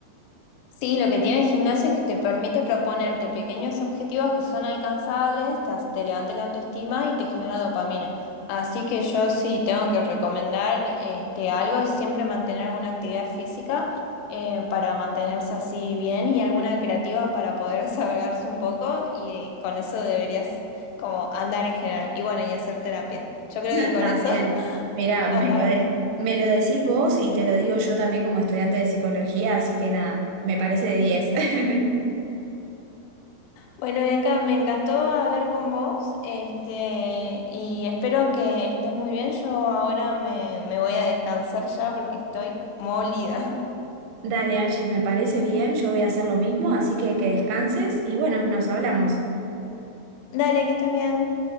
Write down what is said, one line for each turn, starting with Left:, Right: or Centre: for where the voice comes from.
Left: Sí, lo que tiene el gimnasio es que te permite proponerte pequeños objetivos que son alcanzables, te, hace- te levanta la autoestima y te genera dopamina. Así que yo sí tengo que recomendar este, algo, es siempre mantener alguna actividad física eh, para mantenerse así bien y alguna creativa para poder <laughs> desahogarse un poco y eh, con eso deberías como andar en general. Y bueno, y hacer terapia. Yo creo
Right: <laughs>
Left: que con
Right: También,
Left: eso <laughs>
Right: mira,
Left: andas
Right: me lo, de-
Left: bien.
Right: me lo decís vos y te lo digo yo también como estudiante de psicología, así que nada, me parece de diez <laughs>
Left: Bueno, Bianca, me encantó hablar con vos, este, y espero que estés muy bien. Yo ahora me, me voy a descansar ya porque estoy molida.
Right: Dale, Angie, me parece bien, yo voy a hacer lo mismo, así que que descanses y bueno, nos hablamos.
Left: <laughs> Dale, que estés bien.